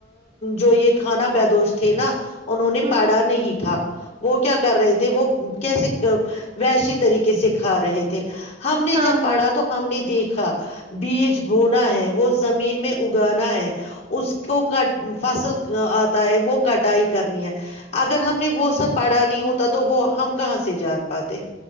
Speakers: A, on the left (about 35°); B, on the right (about 25°).
A: جو یہ کھانا بدوش تھے نا انہوں نے
B: ہاں
A: پڑھا نہیں تھا وہ کیا کر رہے تھے وہ کیسے وحشی طریقے سے کھا رہے تھے ہم نے
B: ہاں
A: جب پڑھا
B: ہاں
A: تو ہم نے دی تھا بیج بونا ہے وہ زمین میں اگانا ہے اس کو کٹ فصل آ تا ہے وہ کٹائی کرنی ہے اگر ہم نے وہ سب پڑھا نہیں ہوتا تو وہ ہم کہاں سے جان پاتے